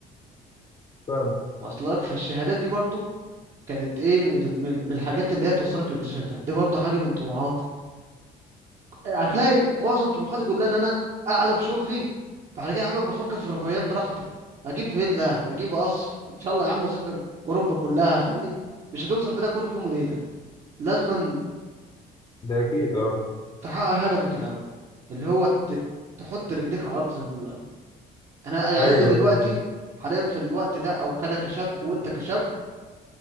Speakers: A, on the left; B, on the right.
A: فاهم
B: واصله لك فالشهادات دي برضو كانت ايه من ال... من من الحاجات اللي هي توصلك للبوزيشن ده دي برضو حاجه من طموحاتك هتلاقي معظم طموحاتي كلها ان انا اعلى بشغلي فعلى كده يا عم بفكر في الرفاهيات براحتي اجيب فيلا اجيب قصر ان شاء الله يا عم اسافر اوروبا كلها فاهمني مش هتوصل في ده كله في يوم وليله لازم
A: ده اكيد اه
B: تحقق هدفك الاول اللي هو ت- تحط رجليك على الارض زي ما بيقولوا الاول انا يعني
A: ايوه أيوة.
B: انت دلوقتي
A: أيوه.
B: حاليا في الوقت ده او كان كشاب وانت كشاب